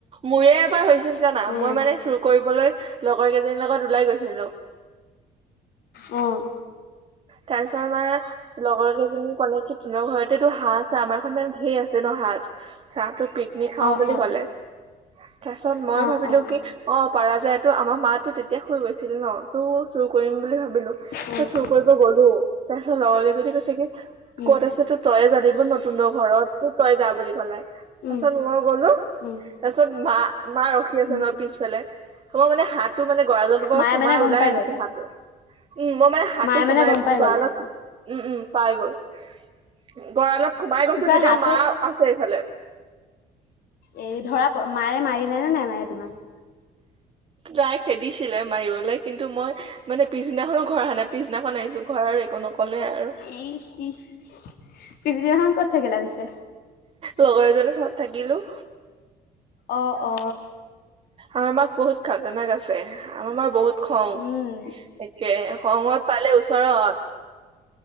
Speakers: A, on the right; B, on the left.
A: মোৰে এবাৰ হৈছিল জানা, মই
B: অ অ অ
A: মানে চুৰ কৰিবলৈ লগৰ কেইজনীৰ লগত ওলাই গৈছিলো
B: উম
A: তাৰছত আমাৰ, লগৰ কেইজ জনী ক'লে কি, তোতৰ ঘৰতেতো হাঁহ আছে, আমাৰ <inaudible> সেই আছে ন হাত চাহটো পিকনিক
B: অ',
A: খাওঁ বুলি
B: অ',
A: ক'লে তাৰিছত মই
B: অ',
A: ভাবিলো
B: অ', অ',
A: কি অ', পাৰা যায়। টো আমাৰ মটো তেতিয়া শুই গৈছিল ন তো চুৰ কৰিম বুলি ভাবিলো চ'
B: উম,
A: চুৰ কৰি গ'লো তাৰপিছত লগ লগে যদি কৈছে কি
B: উম,
A: ক'ত আছে তো তয়ে জানিব নতুন ঘৰত তো তই যা বুলি ক'লে।
B: উম,
A: তাৰপিছত মই গ'লো
B: উম,
A: তাৰপিছত মা মা ৰখি আছে
B: উম,
A: ন' পিছফালে মই মানে হাতটো মানে গৰালত বৰ
B: মায়ে
A: সোমাই
B: মানে গম
A: ওলাই
B: পাই
A: আনিছো
B: গ'ল,
A: হাতে উম, মই মানে হাত
B: মায়ে
A: টো
B: মানে
A: সোমাই
B: গম পাই
A: গৰালত
B: গ'ল,
A: উম, উম, পাই গ'ল। <inaudible> গৰালত সোমাই গৈছোঁ
B: পিছত
A: তেতিয়া
B: হাতটো
A: মা আছে এইফালে।
B: এই ধৰা মাৰে মাৰিলে নে নাই মাৰে তোমাক?
A: তাই খেদিছিলে মাৰিবলৈ কিন্তু মই মানে পিছদিনাখনো ঘৰ আহা নাই পিছদিনাখন আহিছো ঘৰ আৰু একো নকলে আৰু
B: ইচ ইচ পিছদিনাখন ক'ত থাকিলা পিছে?
A: লগৰ এজনী ঘৰত থাকিলো
B: অ অ
A: আমাৰ মাক বহুত খাতনাক আছে আমাৰ মা‌ বহুত খং
B: উম,
A: একে খঙত পালে ওচৰত